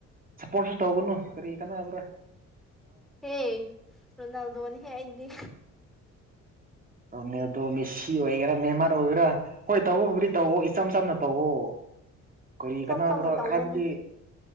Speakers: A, on the right; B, in the centre.
A: ꯁꯞꯄꯣꯔꯠꯁꯨ ꯇꯧꯒꯅꯨ ꯀꯔꯤ ꯀꯥꯅꯕ꯭ꯔꯥ
B: ꯍꯦ ꯔꯣꯅꯥꯜꯗꯣꯅꯤ ꯍꯦ ꯑꯩꯗꯤ
A: ꯇꯧꯅꯦ ꯑꯗꯣ ꯃꯦꯁꯤ ꯑꯣꯏꯒꯦꯔꯥ ꯅꯦꯃꯥꯔ ꯑꯣꯏꯒꯦꯔꯥ ꯍꯣꯏ ꯇꯧꯕꯕꯨꯗꯤ ꯇꯧ ꯏꯆꯝ ꯆꯝꯅ ꯇꯧꯋ ꯀꯔꯤ
B: ꯏꯆꯝ
A: ꯀꯅꯥꯅꯕ꯭ꯔꯥ
B: ꯆꯝꯅ ꯇꯧꯕꯅꯦ
A: ꯍꯥꯏꯕꯗꯤ